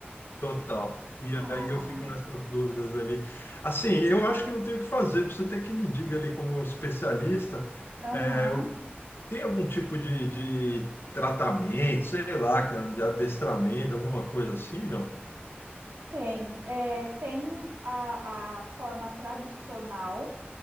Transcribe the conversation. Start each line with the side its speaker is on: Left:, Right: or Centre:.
Left: total. E
Right: Ah.
Left: aí eu fico nessas dúvidas ali. Assim, eu acho que não tem o que fazer, você tem que me diga ali como especialista,
Right: Aham,
Left: é, tem algum tipo de, de tratamento, sei lá, cara, de adestramento, alguma coisa assim, não?
Right: Tem. É, tem a, a forma tradicional,